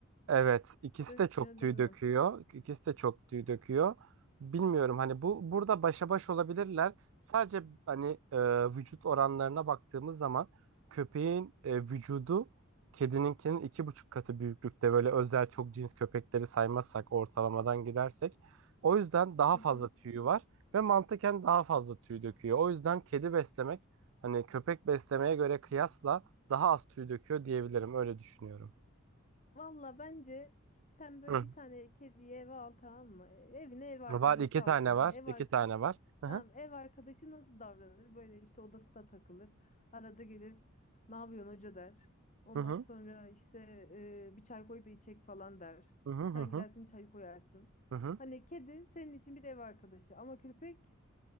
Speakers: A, on the right; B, on the left.
A: Evet, ikisi
B: dökmüyor
A: de çok tüy
B: demem.
A: döküyor. İkisi de çok tüy döküyor. Bilmiyorum hani bu burada başa baş olabilirler. Sadece hani e, vücut oranlarına baktığımız zaman köpeğin e, vücudu kedininkinin iki buçuk katı büyüklükte böyle özel çok cins köpekleri saymazsak ortalamadan gidersek. O yüzden daha
B: Hı
A: fazla
B: hı.
A: tüyü var ve mantıken daha fazla tüy döküyor. O yüzden kedi beslemek hani köpek beslemeye göre kıyasla daha az tüy döküyor diyebilirim. Öyle düşünüyorum.
B: Valla bence sen böyle
A: Hı
B: bir tane kediyi eve al tamam mı? E, Evine ev arkadaşı
A: Var iki
B: aldın.
A: tane
B: Hani
A: var.
B: ev ar-
A: iki tane var. Hı
B: Tamam
A: hı.
B: ev arkadaşı nasıl davranır? Böyle işte odasına takılır. Arada gelir ne yapıyorsun hoca der. Ondan
A: Hı hı.
B: sonra işte e, bir çay koy da içek falan der.
A: Hı hı
B: Sen
A: hı hı.
B: gidersin çayı koyarsın.
A: hı hı.
B: Hani kedi senin için bir ev arkadaşı ama köpek